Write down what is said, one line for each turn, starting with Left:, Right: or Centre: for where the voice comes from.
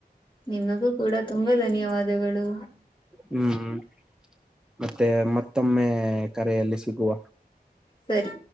Left: ನಿಮಗೂ ಕೂಡ ತುಂಬಾ ಧನ್ಯವಾದಗಳು
Centre: ಹ್ಮ್ ಮತ್ತೆ ಮತ್ತೊಮ್ಮೆ ಕರೆಯಲ್ಲಿ ಸಿಗುವ
Left: ಸರಿ